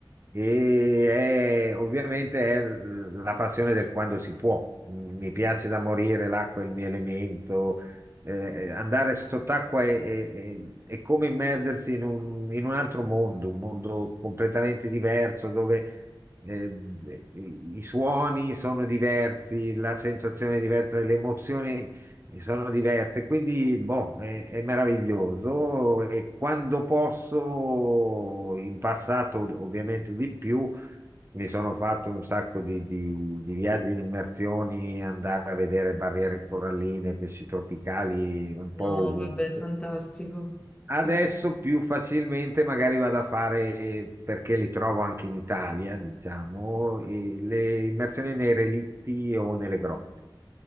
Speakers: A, on the right (about 30°); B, on the left (about 15°).
A: e è- ovviamente è l- la passione del quando si può. Mm, Mi piace da morire, l'acqua è il mio elemento, eh, eh, andare sott'acqua è, è- è- è come immergersi in un, in un altro mondo, un mondo completamente diverso dove... eh, i i suoni sono diversi, la sensazione è diversa, le emozioni e sono diverse, quindi boh, è, è meraviglioso e quando posso, in passato ov- ovviamente di più, mi sono fatto un sacco di, di- di viaggi in immersioni, andare a vedere barriere coralline, pesci tropicali, un
B: No,
A: po' ovunque.
B: vabbè, fantastico.
A: Adesso
B: Fan-
A: più facilmente magari vado a fare, perché li trovo anche in Italia, diciamo, i- le immersioni nei relitti o nelle grotte